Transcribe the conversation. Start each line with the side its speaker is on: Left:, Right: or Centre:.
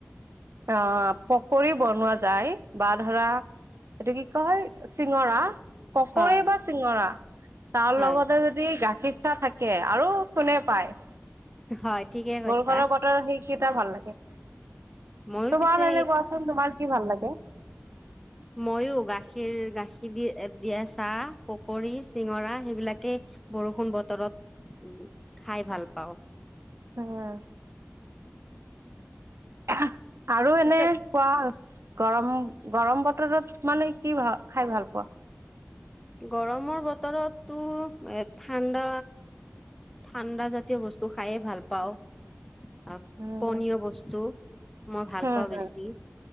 Right: অ', পকৰি বনোৱা যায়, বা ধৰা এইটো কি কয় হয় চিঙৰা পকৰি
Centre: হয়
Right: বা চিঙৰা। তাৰ
Centre: হয়
Right: লগতে যদি গাখীৰ চা থাকে, আৰু কোনে পায়।
Centre: হয় ঠিকে কৈছা
Right: বৰষুণৰ বতৰত সেইকেইটা ভাল লাগে।
Centre: ময়ো
Right: তোমাৰ
Centre: পিছে
Right: এনে কোৱাচোন তোমাৰ কি ভাল লাগে? <inaudible>
Centre: মইও গাখীৰ গাখীৰ দি-দিয়া চাহ, পকৰী, চিঙৰা সেইবিলাকে বৰষুণ বতৰত উম, খাই ভাল পাওঁ।
Right: অ'। <inaudible> আৰু এনে
Centre: পিছে
Right: কোৱা গৰম গৰম বতৰত মানে কি ভা খাই ভাল পোৱা?
Centre: গৰমৰ বতৰতো এ ঠাণ্ডা, ঠাণ্ডা জাতীয় বস্তু খাইয়ে ভাল পাওঁ। আৰু
Right: উম।
Centre: পনীয়
Right: উম,
Centre: বস্তু মই ভাল
Right: উম,
Centre: পাওঁ বেছি।